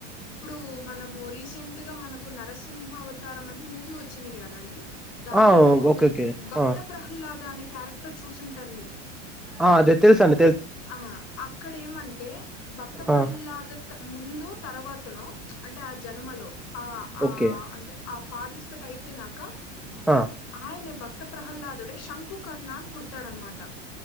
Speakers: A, on the left (about 45°); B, in the centre.
A: ఇప్పుడు మనము రీసె సెంట్ గా మనకు నరసింహ అవతారం అని మూవీ వచ్చినింది కదండి దాంట్లో
B: ఆ ఓకే ఓకే
A: భక్త
B: ఆ
A: ప్రహ్లాద అనే క్యారెక్టర్ చూసింటారు మీరు
B: ఆ అదే తెలుస్ అన్
A: ఆ అక్కడ ఏమంటే భక్త ప్రహ్లాద
B: ఆ
A: త ముందు తర్వాతను అంటే ఆ జన్మలో ఆ ఆ
B: ఓకే
A: అంటే ఆ పార్టిసిపేట్ అయిపోయినాక
B: ఆ
A: ఆయనే భక్త ప్రహ్లాదుడే శంకుకర్ణ అన్ పుడతాడనమాట